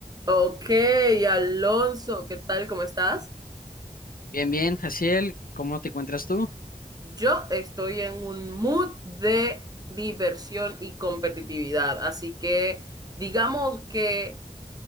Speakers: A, on the right; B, on the left.
A: Ok, Alonso, ¿qué tal? ¿Cómo estás?
B: Bien, bien, Jaciel, ¿cómo te encuentras tú?
A: Yo estoy en un mood de diversión y competitividad, así que digamos que